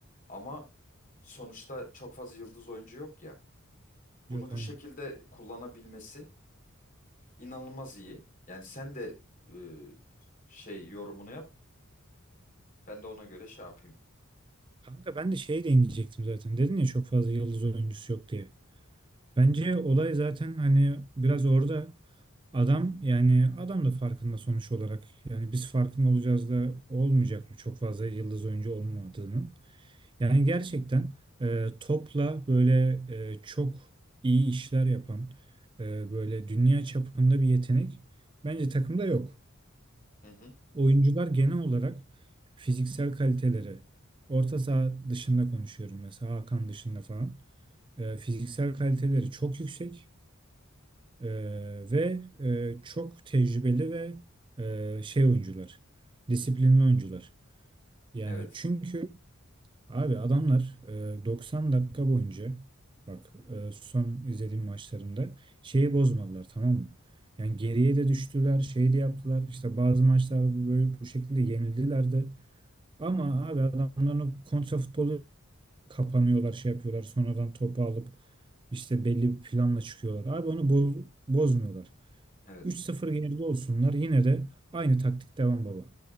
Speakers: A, on the left; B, on the right.
A: ama sonuçta çok fazla yıldız oyuncu yok ya.
B: Yok
A: Bunu bu
B: aynen.
A: şekilde kullanabilmesi inanılmaz iyi. Yani sen de e, şey yorumunu yap. Ben de ona göre şey yapayım.
B: Kanka ben de şeye değinecektim zaten. Dedin ya çok fazla yıldız oyuncusu yok diye. Bence olay zaten hani biraz orada adam yani adam da farkında sonuç olarak. Yani biz farkında olacağız da olmayacak mı çok fazla yıldız oyuncu olmadığını. Yani gerçekten e, topla böyle e, çok iyi işler yapan e, böyle dünya çapında bir yetenek bence takımda yok.
A: Hı hı.
B: Oyuncular genel olarak fiziksel kaliteleri orta saha dışında konuşuyorum mesela Hakan dışında falan e, fiziksel kaliteleri çok yüksek e, ve e, çok tecrübeli ve e, şey oyuncular disiplinli oyuncular. Yani
A: Evet.
B: çünkü Abi adamlar e, 90 dakika boyunca bak e, son izlediğim maçlarında şeyi bozmadılar tamam mı? Yani geriye de düştüler, şey de yaptılar. İşte bazı maçlarda bu- böyle bu şekilde yenildiler de. Ama abi adamların o kontra futbolu kapanıyorlar, şey yapıyorlar. Sonradan topu alıp işte belli bir planla çıkıyorlar. Abi onu boz, bozmuyorlar.
A: Evet.
B: üç sıfır geride olsunlar yine de aynı taktik devam baba.